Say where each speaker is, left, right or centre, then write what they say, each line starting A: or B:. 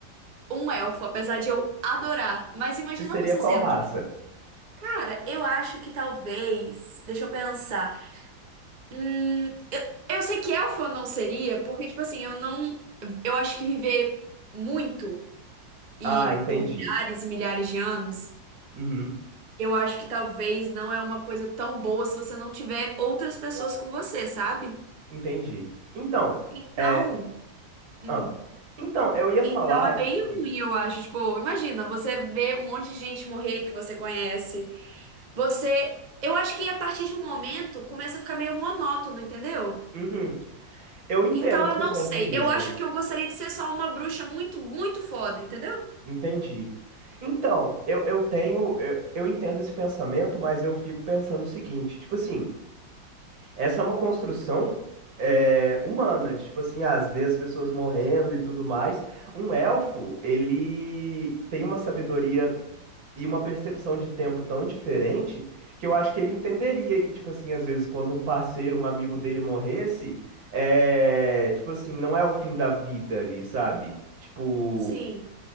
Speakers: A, on the right (about 30°); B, on the right (about 75°).
A: um elfo, apesar de eu adorar. Mas imagina
B: Você seria
A: você
B: qual
A: sendo,
B: raça?
A: tipo, cara, eu acho que talvez, deixa eu pensar. Hum, eu, eu sei que elfo eu não seria, porque, tipo assim, eu não, eu acho que viver muito e
B: Ah, entendi.
A: por milhares e milhares de anos
B: Uhum,
A: Eu acho que talvez não é uma coisa tão boa se você não tiver outras pessoas com você, sabe?
B: entendi. Então,
A: Então,
B: é,
A: hum,
B: ah, então, eu ia
A: então
B: falar
A: é
B: que,
A: bem ruim, eu acho. Tipo, imagina, você vê um monte de gente morrer que você conhece. Você, eu acho que a partir de um momento começa a ficar meio monótono, entendeu?
B: Uhum, eu entendo
A: Então
B: o
A: eu
B: seu
A: não
B: ponto
A: sei.
B: de vista.
A: Eu acho que eu gostaria de ser só uma bruxa muito, muito foda, entendeu?
B: Entendi. Então, eu, eu tenho, eu, eu entendo esse pensamento, mas eu fico pensando o seguinte, tipo assim, Essa é uma construção é, humana, de tipo assim, às vezes as pessoas morrendo e tudo mais. Um elfo, ele tem uma sabedoria e uma percepção de tempo tão diferente que eu acho que ele entenderia que, tipo assim, às vezes quando um parceiro, um amigo dele morresse, é, tipo assim, não é o fim da vida ali, sabe? Tipo,
A: Sim.